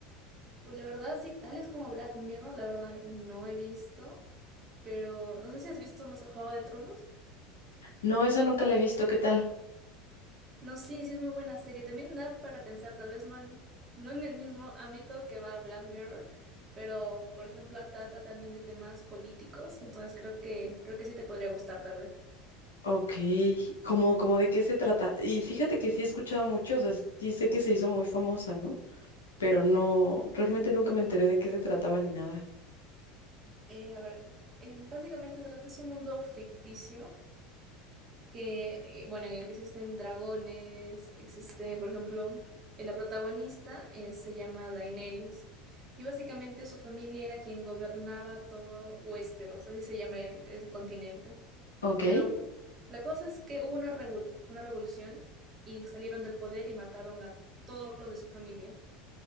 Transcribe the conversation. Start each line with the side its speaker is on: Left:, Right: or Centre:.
Right: Uy, la verdad, sí, tales como Black Mirror, la verdad no he visto, pero no sé si has visto, no sé, Juego de Tronos.
Left: No, esa nunca la he visto, ¿qué tal?
Right: No, sí, sí es muy buena serie. También da para pensar, tal vez no, al- no en el mismo ámbito que va Black Mirror, pero por ejemplo trata también de temas políticos, entonces creo que, creo que sí te podría gustar tal vez.
Left: Ok, como, como de qué se trata. Y fíjate que sí he escuchado mucho, o sea, sí sé que se hizo muy famosa, ¿no? Pero no, realmente nunca me enteré de qué se trataba ni nada.
Right: Eh, a ver, eh, básicamente trata es un mundo ficticio que, eh, bueno, en el que existen dragones, existe, por ejemplo, eh, la protagonista eh, se llama Daenerys y básicamente su familia era quien gobernaba todo Westeros, así se llama el, el continente.
Left: Ok,
Right: Pero bueno, la cosa es que hubo una revol- una revolución y salieron del poder y mataron a todos los de su familia